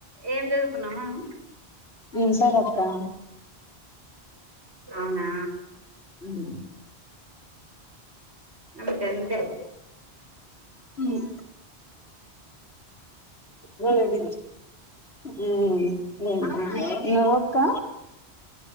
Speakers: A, on the right; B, on the left.
A: ఏం చదువుకున్నావ్ మామ్
B: ఇంటర్ అక్కా
A: అవునా
B: ఉమ్మ్
A: అంతంతే
B: ఉమ్మ్ లేదంటివి ఉమ్మ్ ఇంటరా నువ్వక్క